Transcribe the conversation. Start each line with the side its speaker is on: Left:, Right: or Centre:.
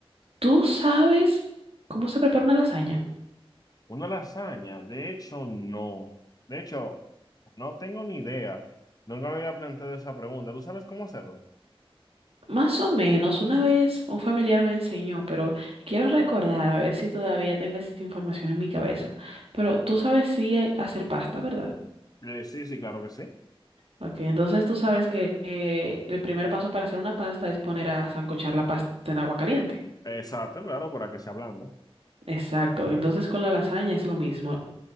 Right: ¿Tú sabes cómo se prepara una lasaña?
Left: Una lasaña, de hecho, no. De hecho, no tengo ni idea. Nunca me había planteado esa pregunta. ¿Tú sabes cómo hacerlo?
Right: Más o menos, una vez un familiar me enseñó, pero quiero recordar a ver si todavía tengo esa información en mi cabeza. Pero tú sabes sí hay- hacer pasta, ¿verdad?
Left: Eh, sí, sí, claro que sí.
Right: Ok, entonces tú sabes que eh, el primer paso para hacer una pasta es poner a sancochar la pasta en agua caliente.
Left: Exacto, claro, para que se ablande.
Right: Exacto, entonces con la lasaña es lo mismo.